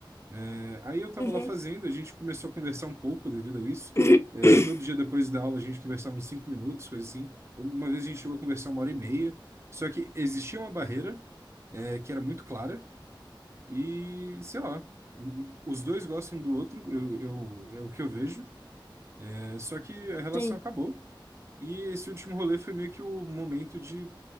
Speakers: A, on the right (about 35°); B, on the left (about 30°).
A: É, aí eu estava
B: uhum.
A: lá fazendo, a gente começou a conversar um pouco devido a isso.
B: <coughs> <clears throat>
A: É, todo dia depois da aula a gente conversava uns cinco minutos, coisa assim. Uma vez a gente chegou a conversar uma hora e meia. Só que existia uma barreira, é, que era muito clara e, sei lá, os dois gostam do outro, eu, eu- é o que eu vejo. É, só que a relação
B: Sim.
A: acabou. E esse último rolê foi meio que o momento de